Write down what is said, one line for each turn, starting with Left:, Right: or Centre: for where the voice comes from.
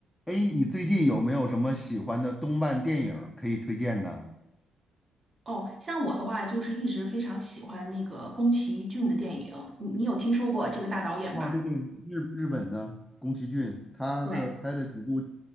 Centre: 哎，你最近有没有什么喜欢的动漫电影儿可以推荐的？
Right: 哦，像我的话，就是一直非常喜欢那个宫崎骏的电影，你你有听说过这个大导演吧？
Centre: 哦，对对，日日本的宫崎骏，他的拍的几部
Right: 对，